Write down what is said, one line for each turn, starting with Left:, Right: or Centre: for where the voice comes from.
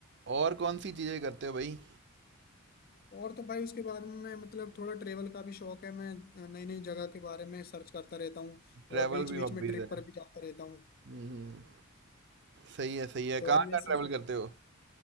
Right: और कौन सी चीज़ें करते हो भाई
Left: और तो भाई उसके बाद में मैं मतलब थोड़ा ट्रेवल का भी शौक है मैं नई नई जगह के बारे में सर्च करता रहता हूँ
Right: ट्रैवल
Left: और बीच
Right: भी
Left: बीच
Right: हॉबीज़
Left: में ट्रिप
Right: है
Left: पर भी जाता रहता हूँ
Right: हम्म सही है सही है
Left: तो
Right: कहाँ
Left: ये
Right: कहाँ
Left: सब
Right: ट्रैवल करते हो